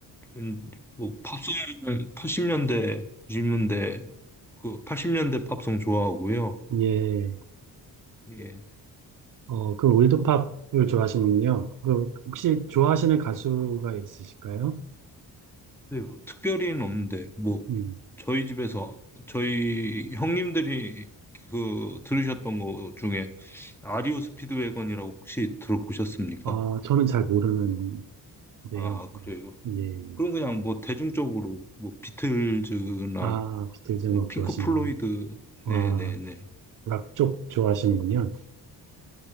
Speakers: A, in the centre; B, on the right (about 50°).
A: 음, 뭐, 팝송은 80년대, 구십 년대 그 팔십 년대 팝송 좋아하고요.
B: 예.
A: 예.
B: 어, 그 올드팝을 좋아하시는군요. 그 혹시 좋아하시는 가수가 있으실까요?
A: 네, 뭐 특별히는 없는데, 뭐,
B: 음.
A: 저희 집에서, 저희 형님들이 그 들으셨던 것 중에 아리오 스피드웨건이라고 혹시 들어보셨습니까?
B: 아, 저는 잘 모르는데요.
A: 아,
B: 뭐,
A: 그래요.
B: 예, 예.
A: 그럼 그냥 뭐 대중적으로 뭐 비틀즈나
B: 아, 비틀즈 음악
A: 뭐 핑크
B: 좋아하시는군요.
A: 플로이드
B: 아,
A: 네네네
B: 락 쪽 좋아하시는군요.